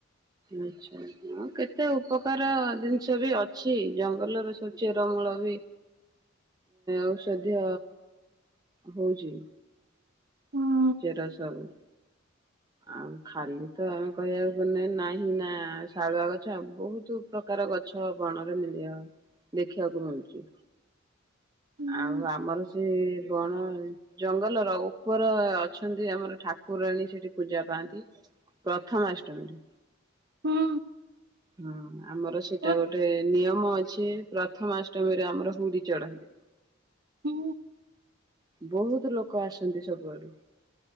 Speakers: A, on the right; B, on the right.
A: ଆଚ୍ଛା କେତେ ଉପକାର ଜିନିଷ ବି ଅଛି ଜଙ୍ଗଲରେ ସବୁ ଚେରମୂଳ ବି ଔଷଧୀୟ ହଉଛି।
B: ହୁଁ।
A: ଚେରା ସବୁ ଆଉ ଖାଲି ତ ଆମେ କହିବାକୁ ପନ ନାହିଁ ନା ଶାଳୁଆ ଗଛ ବହୁତ ପ୍ରକାର ଗଛ ବଣରେ ମିଳିବ ଦେଖିବାକୁ ମିଳୁଛି।
B: ହୁଁ
A: ଆଉ ଆମର ସେ ବଣ ଜଙ୍ଗଲର ଉପର ଅ ଅଛନ୍ତି ଆମର ଠାକୁରାଣୀ ସେଠି ପୂଜା ପାଆନ୍ତି ପ୍ରଥମାଷ୍ଟମୀରେ।
B: ହୁଁ।
A: ହଁ ଆମର ସେଇଟା
B: ହୁଁ
A: ଗୋଟେ ନିୟମ ଅଛି। ପ୍ରଥମାଷ୍ଟମୀରେ ଆମର ହୁରି ଚଢନ୍ତି।
B: ହୁଁ।
A: ବହୁତ ଲୋକ ଆସନ୍ତି ସବୁଆଡୁ